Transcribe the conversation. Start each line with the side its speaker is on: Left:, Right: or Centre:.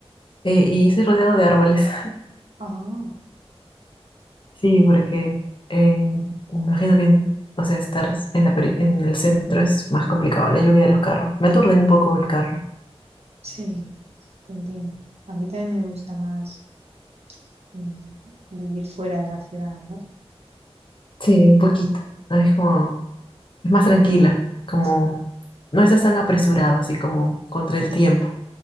Left: Eh, y estoy rodeado de árboles. <laughs>
Right: Ah,
Left: Sí, porque eh, me imagino que, o sea, estar en la peri- en el centro es más complicado, la lluvia de los carros. Me aturden un poco el carro.
Right: sí, te entiendo. A mí también me gusta más mm, vivir fuera de la ciudad, ¿no?
Left: Sí, un poquito. ¿no? Es como, es más tranquilo, como
Right: Sí.
Left: no estás tan apresurado, así como contra el tiempo.